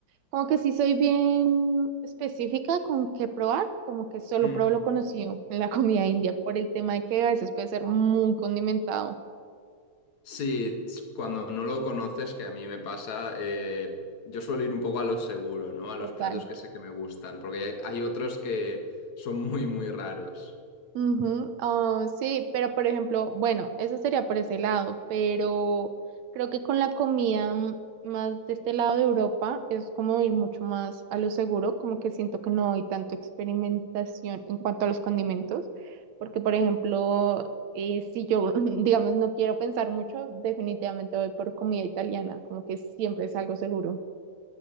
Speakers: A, on the right (about 70°); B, on the left (about 70°).
A: como que sí soy bien específica con qué probar, como que solo
B: Mm.
A: pruebo lo conocido en la comida india por el tema de que a veces puede ser muy condimentado.
B: Sí, ts- cuando no lo conoces, que a mí me pasa, eh, yo suelo ir un poco a lo seguro, ¿no? A
A: Total.
B: los platos que sé que me gustan, porque hay hay otros que son muy, muy raros.
A: Ujú, ah, sí, pero por ejemplo, bueno, eso sería por ese lado, pero creo que con la comida mm, más de este lado de Europa es como ir mucho más a lo seguro, como que siento que no hay tanto experimentación en cuanto a los condimentos, porque por ejemplo, eh, si yo, <laughs> digamos, no quiero pensar mucho, definitivamente voy por comida italiana, como que siempre es algo seguro.